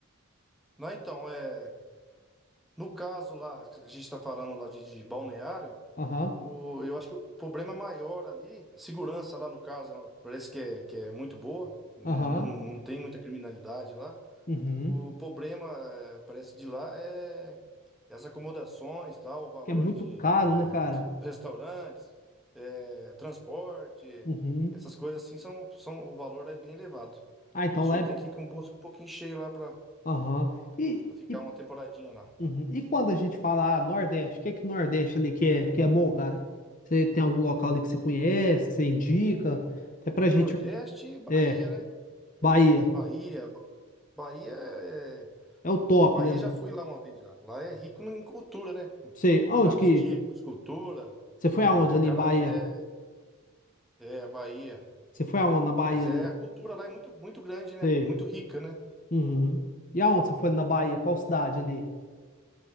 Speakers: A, in the centre; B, on the left.
A: Não, então, é No caso lá, a gente está falando lá de, de balneário,
B: Aham,
A: o, eu acho que o problema maior ali, a segurança lá no caso, parece que é, que é muito boa, não,
B: aham,
A: não- não tem muita criminalidade lá.
B: uhum.
A: O problema, eh, parece de lá, é é as acomodações, tal, o valor
B: Porque é muito
A: de,
B: caro,
A: eh,
B: né, cara?
A: dos restaurantes, eh, transporte,
B: Uhum.
A: essas coisas assim, são, são, o valor é bem elevado.
B: Ah, então
A: A pessoa
B: lá é
A: tem que ir com o bolso um pouquinho cheio lá para
B: Aham. E,
A: ficar
B: e,
A: uma temporadinha lá.
B: uhum. E quando a gente fala ah, Nordeste, o que que Nordeste ali que é, que é bom, cara? Você tem algum local ali que você conhece, que você indica? Até pra gente.
A: Nordeste e Bahia,
B: É,
A: né?
B: Bahia.
A: Bahia, Bahia é...
B: É o top,
A: Bahia
B: né?
A: já fui lá uma vez já. Lá é rico em cultura, né?
B: Sei. Aonde
A: Pratos
B: que.
A: típicos, cultura,
B: Você foi aonde
A: é,
B: ali
A: acarajé,
B: em Bahia?
A: é Bahia.
B: Você foi aonde na Bahia
A: Mas é
B: ali?
A: a cultura lá é muito muito grande, né?
B: Sei.
A: Muito rica, né?
B: Uhum. E aonde você foi na Bahia? Qual cidade ali?